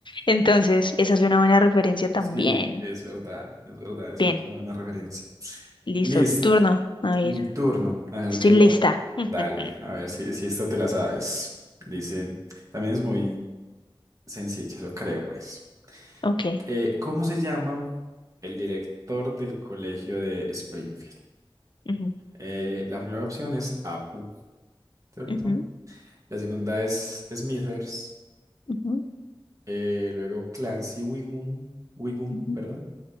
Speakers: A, on the left; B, on the right.
A: Entonces, esa es una buena referencia también.
B: Sí, es verdad, es verdad, es
A: Bien,
B: una buena referencia.
A: listo,
B: Listo,
A: turno. A ver,
B: mi turno. A ver,
A: estoy
B: yo,
A: lista. <laughs>
B: dale, a ver si, si esta te la sabes. Dicen, también es muy, Sencilla, eso creo, pues.
A: Ok.
B: Eh, ¿cómo se llama el director del colegio de Springfield?
A: Ujú,
B: Eh, la primera opción es Apu, ¿cierto?
A: ujú,
B: La segunda es Smithers,
A: ujú,
B: eh, luego Clancy Wigum, Wigum,
A: ujú,
B: perdón,